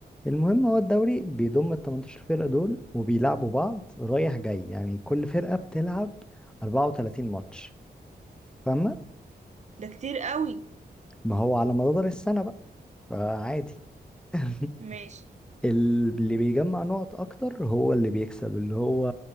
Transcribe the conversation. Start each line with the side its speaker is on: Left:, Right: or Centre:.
Centre: المهم هو الدوري بيضم ال 18 فرقة دول وبيلعبوا بعض رايح جاي يعني كل فرقة بتلعب 34 ماتش فاهمة؟
Right: ده كتير قوي
Centre: ما هو على مدار السنة بقى فعادي <laughs>
Right: ماشي
Centre: اللي بيجمع نقط اكتر هو اللي بيكسب اللي هو